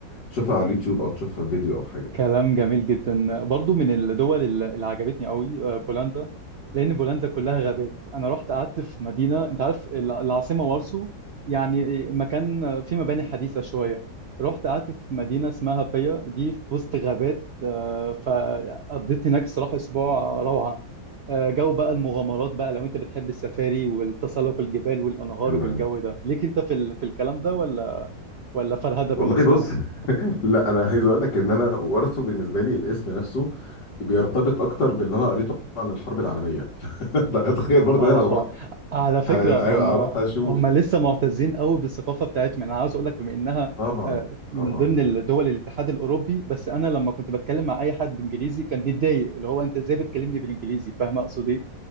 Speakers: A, on the left (about 65°); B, on the right (about 80°).
A: تشوفها على اليوتيوب او تشوفها في فيديو او حاجه
B: كلام جميل جدا برضو من الدول اللي اللي عجبتني قوي آه، بولندا لان بولندا كلها غابات انا رحت قعدت في مدينه انت عارف الع- العاصمه وارسو يعني مكان فيه مباني حديثه شويه رحت قعدت في مدينه اسمها بيا دي في وسط غابات آه، فقضيت هناك الصراحه اسبوع روعه آه، جو بقى المغامرات بقى لو انت بتحب السفاري والتسلق الجبال والانهار
A: حلو
B: والجو
A: قوي
B: ده ليك انت في ال- في الكلام ده ولا ولا فرهده
A: والله
B: بالنسبه
A: بص
B: لك
A: <laughs> لا انا عايز اقول لك ان انا وارثه بالنسبه لي الاسم نفسه بيرتبط اكتر باللي انا قريته عن الحرب العالميه <laughs> فتخيل برضه
B: اه
A: انا لو رحت
B: اه على فكرة
A: ه-
B: هم
A: هروح اشوف
B: هم لسه معتزين قوي بالثقافة بتاعتهم يعني انا عاوز اقول لك بما انها
A: طبعا
B: آه، من
A: طبعا
B: ضمن دول الاتحاد الاوروبي بس انا لما كنت بتكلم مع اي حد بانجليزي كان بيتضايق اللي هو انت ازاي بتكلمني بالانجليزي فاهم اقصد ايه